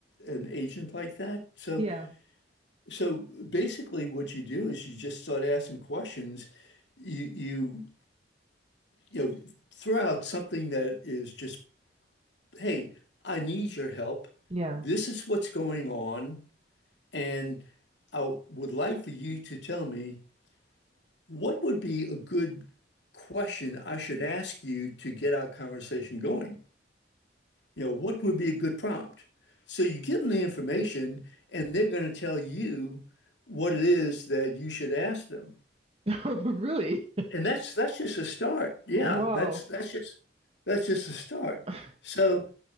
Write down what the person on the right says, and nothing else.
Yeah.
Yeah.
<laughs> Really?
Wow.
<laughs>